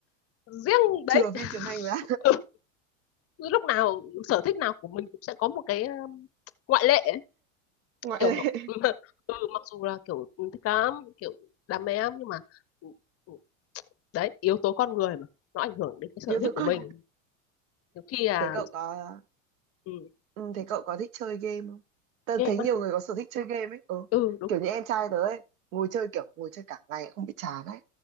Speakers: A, on the left; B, on the right.
A: riêng đấy
B: trừ
A: <laughs>
B: phim truyền hình ra
A: cứ lúc nào sở thích nào của mình cũng sẽ có một cái um, ngoại lệ ấy.
B: <laughs> ngoại
A: kiểu
B: lệ
A: mặc, <laughs> ừ, mặc dù là kiểu ừ, thích lắm kiểu đam mê lắm nhưng mà ừ, ừ, đấy yếu tố con người mà nó ảnh hưởng đến cái sở
B: yếu tố
A: thích của
B: con
A: mình nhiều khi là
B: thế cậu có
A: ừ,
B: ừ, thế cậu có thích chơi game không tớ
A: game
B: thấy nhiều
A: á
B: người có sở thích chơi game ấy ừ.
A: ừ đúng
B: kiểu như em trai tớ ấy ngồi chơi kiểu ngồi chơi cả ngày không bị chán ấy